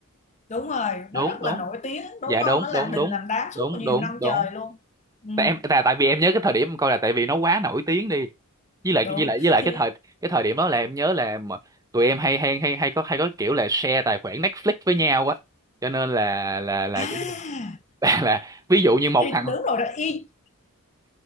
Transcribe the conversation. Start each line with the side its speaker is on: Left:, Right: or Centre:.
Left: đúng rồi
Right: đúng
Left: nó rất
Right: đúng
Left: là nổi tiếng đúng
Right: dạ
Left: không
Right: đúng
Left: nó làm
Right: đúng
Left: đình
Right: đúng
Left: làm đám
Right: đúng
Left: suốt nhiều
Right: đúng
Left: năm
Right: đúng
Left: trời luôn ừ,
Right: tại em tại tại vì em nhớ cái thời điểm em coi là tại vì nó quá nổi tiếng đi với lại
Left: đúng
Right: với lại với lại
Left: thì
Right: cái thời cái thời điểm đó là em nhớ là mà tụi em hay hay hay hay có hay có kiểu là share tài khoản Netflix với nhau á cho nên là là là
Left: à
Right: kiểu như <laughs> là, là ví dụ như một
Left: thì
Right: thằng
Left: đúng rồi đó y